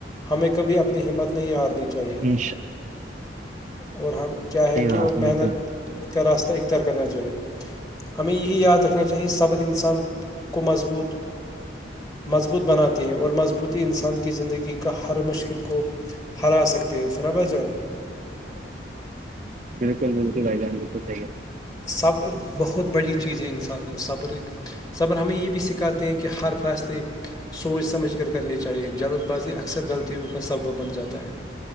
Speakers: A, on the left; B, on the right.
A: ہمیں کبھی اپنی ہمت نہیں ہارنی چاہیے
B: اھا
A: اور ہم کیا ہیں
B: صحیح
A: کہ
B: بات
A: اور
B: ہے
A: محنت
B: بالکل
A: کا راستہ اختیار کرنا چاہیے ہمیں یہی یاد رکھنا چاہیے صبر انسان کو مضبوط مضبوط بناتے ہیں اور مضبوط انسان کی زندگی کا ہر مشکل کو ہرا سکتے ہیں سناا بھا جان
B: بالکل بالکل بھ جان بالکل صح ہے
A: صبر بہت بڑی چیز ہے انسان کو صبر ایک صبر ہمیں یہ بھی سکھاتا کہ ہر فاصلے سوچ سمجھ کرنی چاہیے جلد بازی اکثر غلطیوں کا سبب بن جاتا ہے